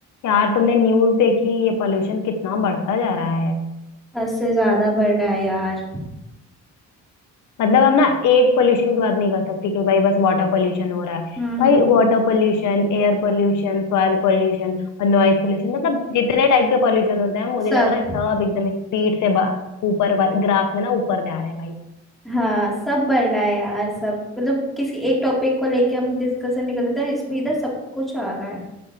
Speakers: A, on the left; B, in the centre.
A: यार तुमने न्यूज देखी ये पोल्यूशन कितना बढ़ता जा रहा है
B: हद से ज्यादा बढ़ रहा है यार
A: मतलब हम ना एक पोल्यूशन की बात नहीं कर सकते कि भाई बस वाटर पोल्यूशन हो रहा है
B: हम्म
A: भाई
B: हम्म
A: water pollution air pollution soil pollution और नॉइज पोल्यूशन मतलब जितने टाइप के पोल्यूशन होते हैं मुझे
B: सब
A: लग रहा है सब एकदम स्पीड से बा- ऊपर ग्राफ में ना ऊपर जा रहे हैं भाई
B: हाँ सब बढ़ रहा है यार सब मतलब किसी एक टॉपिक को लेके हम डिस्कशन नहीं कर सकते तो इसमें इधर सब कुछ आ रहा है